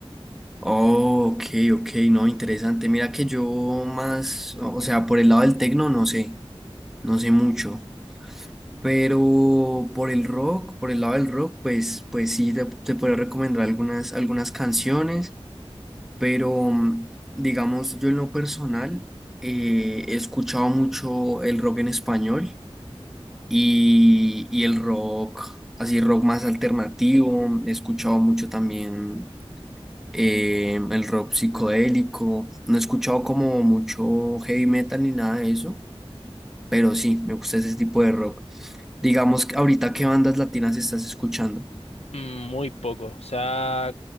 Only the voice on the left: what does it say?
Mm, muy poco, o sea,